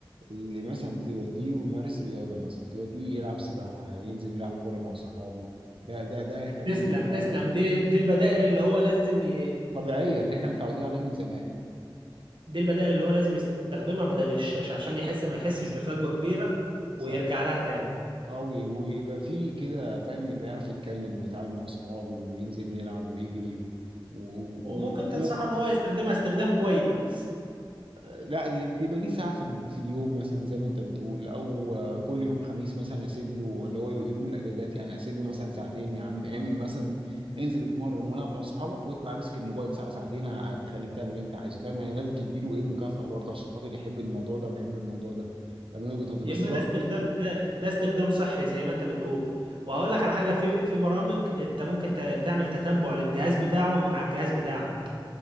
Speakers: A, on the right (about 85°); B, on the right (about 65°).
A: اللي مثلا توديه يمارس رياضه مثلا توديه يلعب سباحه ينزل يلعب كوره مع صحابه ده ده ده هيخليه
B: تسلم تسلم
A: اكتر
B: دي دي البدائل اللي هو لازم ي...
A: طبيعية اللي احنا متعودين عليها من زمان
B: دي البدائل اللي هو لازم يستخدمها بدل الشاشه عشان يحس ما يحسش بفجوه كبيره ويرجع
A: صح
B: لها تاني
A: اه وي- ويبقى في كده فاهم يبقى يعرف يتكلم ويتعامل مع صحابه وينزل يلعب ويجري و... و... و...
B: وممكن تنصحه
A: و...
B: ان هو يستخدمها استخدام كويس
A: لا دي- تبقى ليه ساعة في, ال... في اليوم مثلا زي ما انت بتقول او آه، كل يوم خميس مثلا اسيب له اللي هو يوم الاجازات يعني اسيب له مثلا ساعتين يا عم اعمل مثلا انزل اتمرن والعب مع صحابك واطلع امسك الموبايل ساعة ساعتين هتخليك تعمل اللي انت عايزه فاهم يعني لازم تديله ايه مكافأة برضه عشان خاطر يحب الموضوع ده ويحب الموضوع ده ده من وجهة نظري
B: يبقى
A: بس برضه
B: ده استخدام ده ده استخدام صحي زي ما انت بتقول وهقول لك على حاجه في في برامج انت ممكن ت- تعمل تتبع للجهاز بتاعه من على الجهاز بتاعك